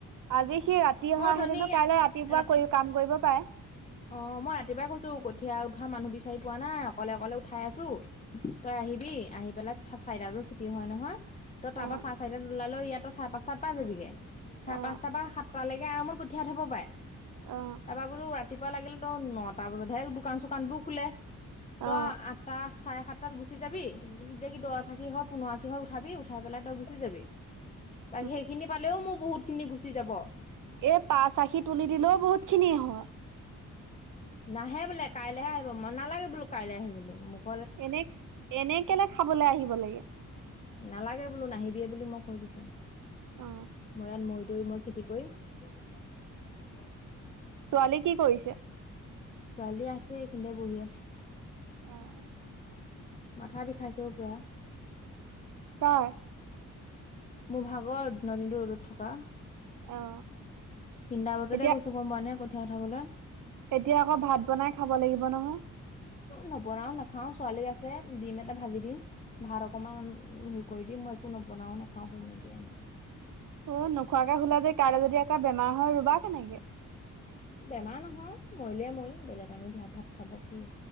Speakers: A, on the right (about 75°); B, on the left (about 20°).
A: আজি সি ৰাতি
B: মই
A: অহাহেঁতেনো
B: অথনি
A: কাইলৈ ৰাতিপুৱা
B: ৰাতি
A: কৰি কাম কৰিব পাৰে।
B: অ মই ৰাতিপুৱাই কৈছো কঠীয়াা উঠোৱা মানুহ বিচাৰি পোৱা নাই অকলে অকলে উঠাই আছো। তই আহিবি আহি পেলাই চাৰিটা বজাত ছুটি হয় নহয়। তই তাৰ
A: অ
B: পৰা চাৰে চাৰিটাত ওলালেও ইয়াত তই চাৰে পাচ তাত পাই যাবিগে। চাৰে
A: অ
B: পাঁচটাৰ পা সাতটালৈকে আৰামত কঠিয়া উঠাব পাৰে।
A: অ
B: তাৰপৰা বোলো ৰাতিপুৱা লাগিলে তোৰ নটা বজাতহে দোকান চোকান বোৰ খোলে। তই
A: অ
B: আঠটা চাৰে সাতটাত গুচি যাবি। যে কি দহ আশী হয় পোন্ধৰ আশী হয় উঠাবি, উঠাই পেলাই তই গুচি যাবি।
A: <inaudible>
B: তাক সেইখিনি পালেও মোৰ বহুত খিনি গুচি যাব।
A: এই পাচ আখি তুলি দিলেও বহুত খিনিয়ে হয়।
B: নাহে বোলে কাইলৈহে আহিব, মই নালাগে বোলো কাইলৈ আহিবলৈ মোক।
A: এনে, এনে কেলে খাবলৈ আহিব লাগে।
B: নালাগে বোলো, নাহিবিয়ে বুলি মই কৈ দিছো।
A: অ
B: মই ইয়াত মৰি দৈ মই খেতি কৰিম। বৰ বৰ কথাহে মনৰ কথা জানো।
A: ছোৱালী কি কৰিছে?
B: ছোৱালী আছে এইখিনিতে বহি আছে।
A: অহ।
B: মাথা বিষাইছেও পুৰা।
A: কাৰ?
B: মোৰ ভাগৰ, দিনৰ দিনটো ৰ'দত থকা।
A: অ
B: তিনটা বজাতে
A: এতিয়া
B: গৈছো। গম পুৱানে কঠীয়া উঠাবলৈ।
A: এতিয়া আকৌ ভাত বনাই খাব লাগিব নহয়।
B: নবনাও নাখাও, ছোৱালী আছে ডিম এটা ভাজি দিম। ভাত অকমান হেৰি কৰি দিম। মই একো নবনাও নাখাও। সুম এতিয়া এনেকে।
A: অ নোখোৱাকে সুলে যে কাইলে যদি আকৌ বেমাৰ হয় ৰুবা কেনেকে?
B: বেমাৰ নহয়, মৰিলেই মৰিম বেলেগ আনি দিয়া ভাত খাব কি?